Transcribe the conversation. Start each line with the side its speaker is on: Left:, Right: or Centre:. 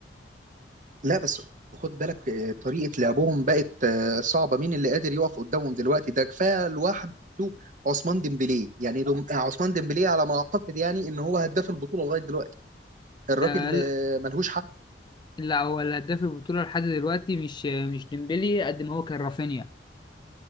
Right: لا بس خد بالك آه، طريقة لعبهم بقت آه، صعبة مين اللي قادر يقف قدامهم دلوقتي ده كفاية لوحده عثمان ديمبلي يعني دم... آه، عثمان ديمبلي على ما أعتقد يعني إن هو هداف البطولة لغاية دلوقتي الراجل
Left: آه لا
Right: آه، ملهوش حل
Left: لا، هو الهداف البطوله لحد دلوقتي مش مش ديمبلي قد ما هو كان رافينيا